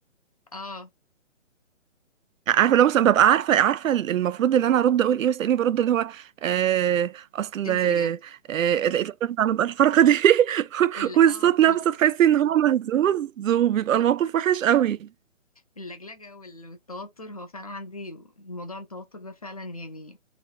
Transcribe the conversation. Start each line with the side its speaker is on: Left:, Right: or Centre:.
Left: اه
Right: عارفه اللي هو مثلا ببقى عارفه عارفه المفروض اللي انا ارد اقول ايه بس تلاقيني برد اللي هو آه، اصل
Left: تنسي
Right: آه،
Left: الاجابه
Right: آه، لقيت الراجل عمل بقى الحركه دي <laughs>
Left: ال
Right: والصوت
Left: اه
Right: نفسه
Left: ال
Right: تحسي ان هو مهزوز وبيبقى
Left: ال-
Right: الموقف وحش قوي
Left: اللجلجه والتوتر هو فعلا عندي موضوع التوتر ده فعلا يعني